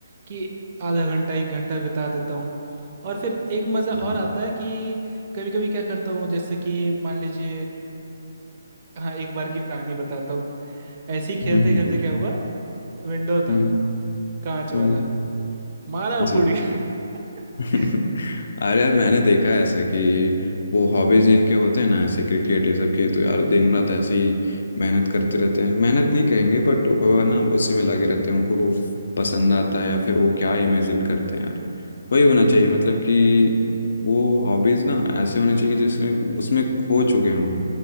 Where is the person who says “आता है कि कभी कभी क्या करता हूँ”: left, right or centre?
Right